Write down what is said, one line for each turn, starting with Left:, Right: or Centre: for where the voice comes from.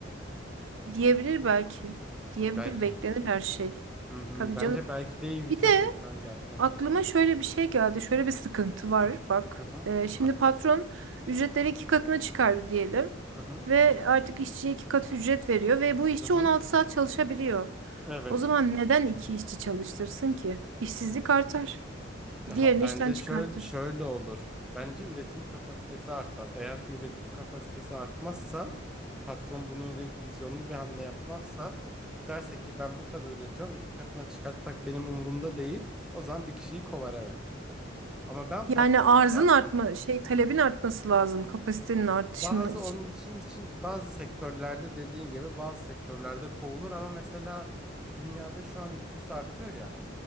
Right: Diyebilir belki. Diyebilir,
Centre: Belki.
Right: beklenir her şey.
Centre: Hı hı.
Right: Tabii
Centre: Bence
Right: canım.
Centre: belki değil %80
Right: Bir de
Centre: der. Heh.
Right: aklıma şöyle bir şey geldi. Şöyle bir sıkıntı var. Bak.
Centre: Hı hı.
Right: Ee, şimdi
Centre: Hı hı.
Right: patron ücretleri iki katına çıkardı diyelim.
Centre: Hı hı.
Right: Ve artık işçiye iki kat ücret veriyor. Ve bu işçi
Centre: Hı hı.
Right: 16 saat çalışabiliyor.
Centre: Evet.
Right: O zaman neden iki işçi çalıştırsın ki? İşsizlik artar.
Centre: Ha,
Right: Diğerini
Centre: Bence
Right: işten çıkartır.
Centre: şöyle, şöyle olur. Bence üretim kapasitesi artar. Eğer ki üretim kapasitesi artmazsa patron bununla ilgili vizyonlu bir hamle yapmazsa derse ki ben bu kadar üretiyorum iki katına çıkartmak benim umurumda değil. O zaman bir kişiyi kovar evet. Ama ben patron
Right: Yani arzın
Centre: olsam
Right: artma, şey talebin artması lazım kapasitenin artışının
Centre: bazı
Right: için.
Centre: onun için için bazı sektörlerde dediğin gibi bazı sektörlerde kovulur ama mesela dünyada şu an nüfus artıyor ya.